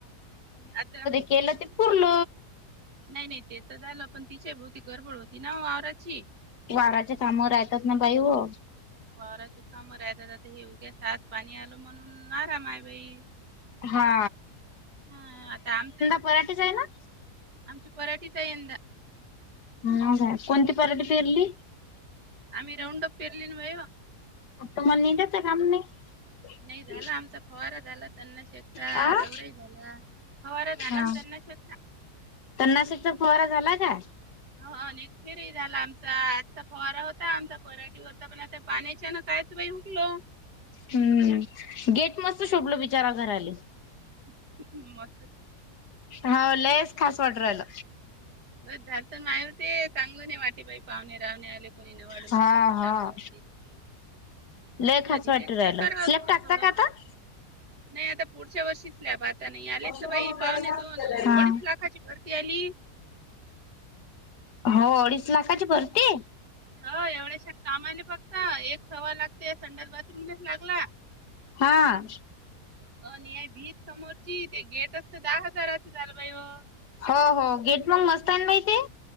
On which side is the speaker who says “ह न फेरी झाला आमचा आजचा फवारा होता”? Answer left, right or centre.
Right